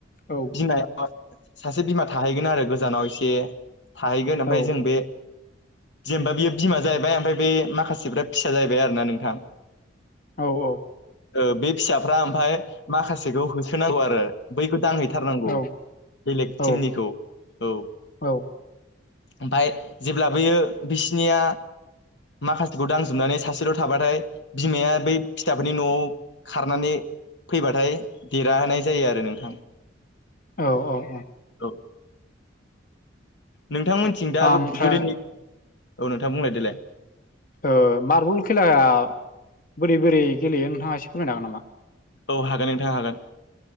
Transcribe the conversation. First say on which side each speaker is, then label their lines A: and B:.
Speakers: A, on the left (about 45°); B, on the left (about 60°).
A: ओ
B: बिमाया सासे बिमा थाहैगोन आरो गोजानाव एसे थाहैगोन ओमफ्राय
A: औ
B: जों बे जेनेबा बियो बिमा जाहैबाय ओमफ्राय बे माखासेफ्रा फिसा जाहैबाय आरोना नोंथां।
A: औ औ।
B: ओ बे फिसाफ्रा ओमफफ्राय माखासेखौ होसोनांगौ आरो बैखौ दांहै थाथारनांगौ
A: औ
B: बेलेग
A: औ
B: टिमनिखौ औ।
A: औ
B: ओमफ्राय जेब्लाबोयो बिसिनिया माखासेखौ दांजोबनानै सासेल' थाबाथाय बिमाया बै फिसाफोरनि न'आव खारनानै फैबाथाय देरहाहोनाय जायो आरो नोंथां।
A: औ औ औ।
B: औ। नोंथांमोनथिं दा
A: ओमफ्राय
B: गोदोनि औ नोंथां बुंलाय देलाय।
A: ओ मारबल खेलाया। बोरै बोरै गेलेयो नोंथाङा एसे फोरमायनो हागोन नामा?
B: औ हागोन नोंथाङा हागोन।